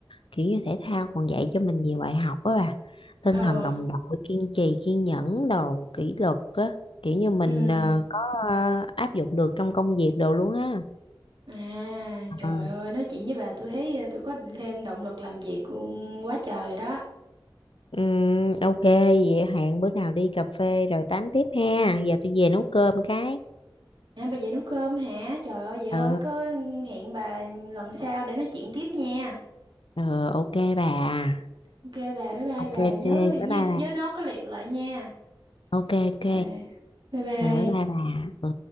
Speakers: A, on the left; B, on the right.
A: kiểu như thể thao còn dạy cho mình nhiều bài học á bà tinh
B: Ờ,
A: thần đồng đội kiên trì kiên nhẫn đồ kỷ luật á kiểu như mình
B: ừ.
A: ờ, có ờ, áp dụng được trong công việc đồ luôn á
B: À, trời
A: Ờ.
B: ơi, nói chuyện với bà tôi thấy ờ, tôi có thêm động lực làm việc ừ, quá trời rồi đó.
A: Ừm, ok vậy hẹn bữa nào đi cà phê rồi tám tiếp ha giờ tôi về nấu cơm cái
B: À, bà về nấu cơm hả? Trời ơi, vậy
A: ờ
B: thôi, có hẹn bà lần sau để nói chuyện tiếp nha.
A: ờ ok bà
B: Ok bà, bye bye
A: ok
B: bà,
A: ok
B: nhớ
A: bye bye
B: nhớ,
A: bà
B: nhớ nốt cái liệt lại nha.
A: ok ok
B: Rồi, bye bye.
A: ừ bye bye bà ừ